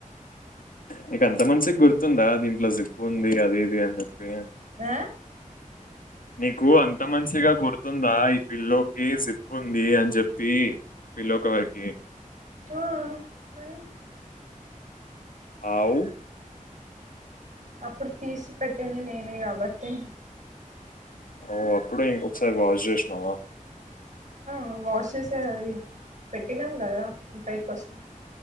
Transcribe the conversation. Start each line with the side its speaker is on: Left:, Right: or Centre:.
Left: నీకంత మంచిగా గుర్తుందా దీంట్లో జిప్పు ఉంది అది ఇది అని చెప్పి
Right: ఆ
Left: నీకు అంత మంచిగా గుర్తుందా ఈ పిల్లోకి జిబ్బ ఉంది అని చెప్పి పిల్లో కవర్కి
Right: ఆ మరి
Left: అవు
Right: అప్పుడు తీసి పెెట్టింది నేనే కాబట్టి
Left: అవ్ అప్పుడే ఇం ఒకసారి వాష్ చేసినవా
Right: ఆ వాష్ చేసే అది పెట్టినాం కదా టై కోసం